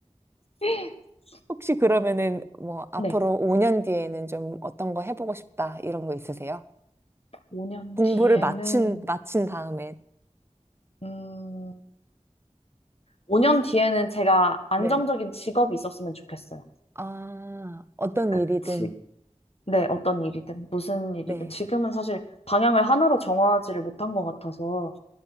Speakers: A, on the left; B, on the right.
A: <laughs>
B: 혹시 그러면은 뭐 앞으로
A: 네.
B: 5년 뒤에는 좀 어떤 거 해보고 싶다 이런 거 있으세요?
A: 5년
B: 공부를
A: 뒤에는,
B: 마친, 마친 다음에.
A: 음, 5년 뒤에는 제가 안정적인
B: 네.
A: 직업이 있었으면 좋겠어요.
B: 아, 어떤
A: 그러니까
B: 일이든,
A: 지, 네, 어떤 일이든, 무슨 일이든.
B: 네.
A: 지금은 사실 방향을 하나로 정하지를 못한 것 같아서,